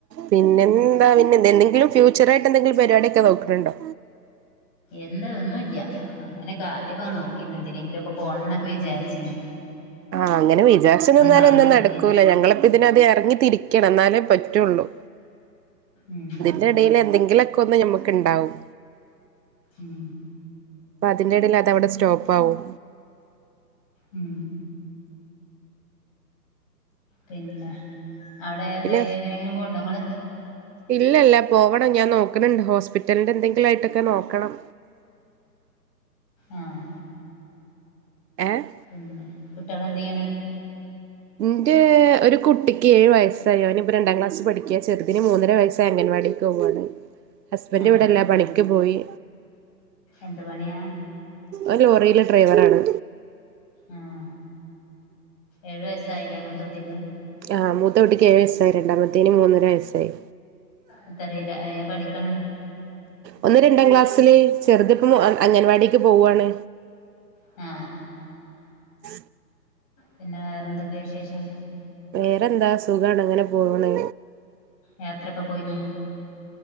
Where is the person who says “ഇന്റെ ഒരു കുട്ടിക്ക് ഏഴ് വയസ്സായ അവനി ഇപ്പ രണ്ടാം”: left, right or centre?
Right